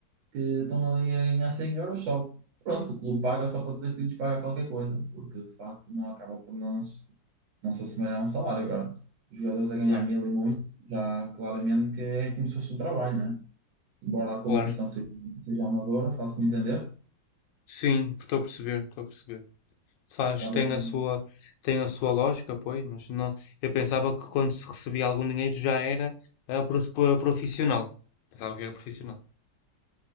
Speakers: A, on the right (about 85°); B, on the left (about 80°).
A: que estão ali a ganhar 100 euros só. Pronto, o clube paga só para dizer que lhes paga qualquer coisa, porque de facto não acaba por não se, não se assemelhar a um salário. Agora, os jogadores a ganhar
B: claro,
A: mil e muito, já claramente que é como se fosse um trabalho, embora a competição
B: claro.
A: seja, seja amadora, faço-me entender.
B: Sim, estou a perceber, estou a perceber. Faz,
A: Estava
B: tem
A: com-
B: a sua, tem a sua lógica, pois, mas não, eu pensava que quando se recebia algum dinheiro já era ah, prof- pro- profissional. Pensava que era profissional.